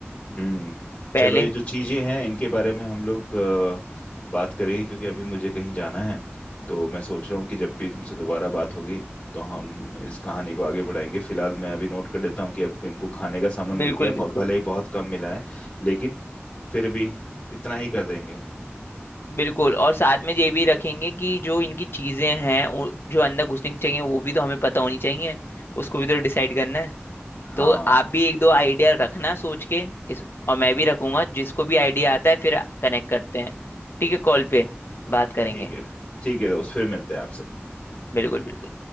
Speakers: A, on the left; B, on the left.
A: हम्म
B: पहले
A: चलो ये जो चीजें हैं इनके बारे में हम लोग अ, बात करेंगे क्योंकि अभी मुझे कहीं जाना है तो मैं सोच रहा हूँ कि जब भी तुमसे दोबारा बात होगी तो हम इस कहानी को आगे बढ़ाएंगे फिलहाल मैं अभी नोट कर लेता हूँ कि अब इनको खाने का सामान मिल
B: बिल्कुल
A: गया
B: बिल्कुल
A: बहुत भले ही बहुत कम मिला है लेकिन फिर भी इतना ही कर देंगे
B: बिल्कुल और साथ में ये भी रखेंगे कि जो इनकी चीजें हैं उ- जो अंदर घुसने की चाहिए वो भी तो हमें पता होनी चाहिए उसको भी तो डिसाइड करना है
A: हाँ
B: तो आप भी एक दो आइडिया रखना सोच के इस और मैं भी रखूंगा जिसको भी आइडिया आता है फिर कनेक्ट करते हैं ठीक है कॉल पे बात करेंगे
A: ठीक है ठीक है दोस्त फिर मिलते हैं आपसे
B: बिल्कुल बिल्कुल